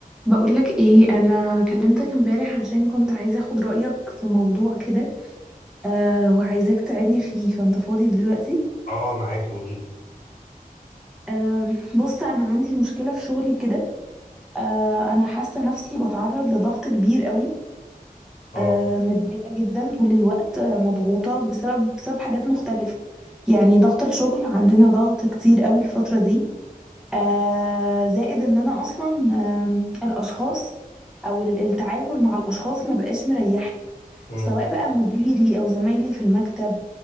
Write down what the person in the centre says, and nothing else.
بقولك ايه انا كلمتك امبارح عشان كنت عايزه اخد رايك في موضوع كده أه وعايزاك تساعدني فيه فانت فاضي دلوقتي
أه بص انا عندي مشكله في شغلي كده أه انا حاسه نفسي بتعرض لضغط كبير قوي
أه متضايقه جدا طول الوقت أه مضغوطه بسبب بسبب حاجات مختلفه يعني ضغط الشغل عندنا ضغط كتير قوي الفتره دي أه زائد ان انا اصلا أه الاشخاص او ال- التعامل مع الاشخاص ما بقاش مريحني
سواء بقى مديري او زمايلي في المكتب